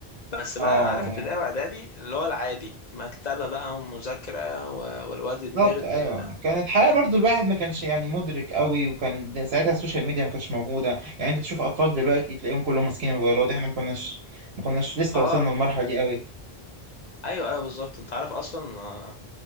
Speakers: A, on the left; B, on the right.
A: بس
B: اه
A: بقى عارف ابتدائي واعدادي اللي هو العادي مكتبة بقى ومذاكرة و- والواد
B: بالظبط
A: النيرد
B: ايوه
A: ال...
B: كانت حياه برضو الواحد ما كانش يعني مدرك قوي وكان ده- ساعتها السوشيال ميديا ما كانتش موجوده يعني انت تشوف اطفال دلوقتي تلاقيهم كلهم ماسكين الموبايلات احنا ما كناش ما كناش لسه
A: اه
B: وصلنا للمرحله دي قوي
A: ايوه ايوه بالظبط انت عارف اصلا آه،